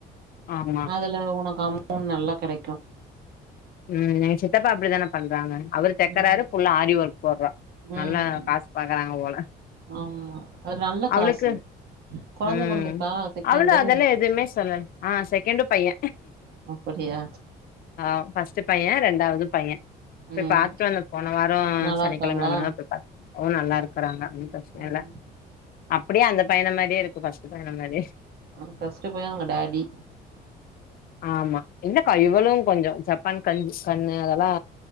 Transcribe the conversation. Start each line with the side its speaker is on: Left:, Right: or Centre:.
Left: ஆமா
Right: அதுல உனக்கு அம் போன் நல்லா கெடகும்
Left: ம் எங்க சித்தப்பா அப்டித்தானே பண்றாங்க அவர் தைக்கறாரு
Right: ம்
Left: புள்ள ஆரி ஒர்க் போடுறா
Right: ம்
Left: நல்லா
Right: ம்.
Left: காசு பாக்றாங்க போல
Right: ஆமா அது நல்ல
Left: அவளுக்கு
Right: காசு கொழந்த
Left: ம்
Right: பொறந்துருக்கா செகண்டு
Left: அவளு அதெல்லா எதுவுமே சொல்ல ஆ செகண்டு பையன்
Right: அப்புடியா
Left: ஆ பஸ்ட்டு பையன் ரெண்டாவதும் பையன்
Right: ம்
Left: பேய் பாத்துட்டு வந்த போன வாரம்
Right: நல்லா
Left: சனிக்கிழமல
Right: இருக்காங்களா
Left: பேய் பாத்துட் வந் ஓ நல்லா இருக்கறாங்க ஒன்னு பிரச்சன
Right: ம்
Left: இல்ல அப்டியே அந்த பையன மாரியே இருக்கு பஸ்ட் பையன மாரி
Right: அவர் பஸ்ட்டு பையன் அவுங்க டாடி
Left: ஆமா என்னக்கா இவ்வளோ கொஞ்சோ ஜப்பான் கஞ்ச் கண்ணு அதெல்லா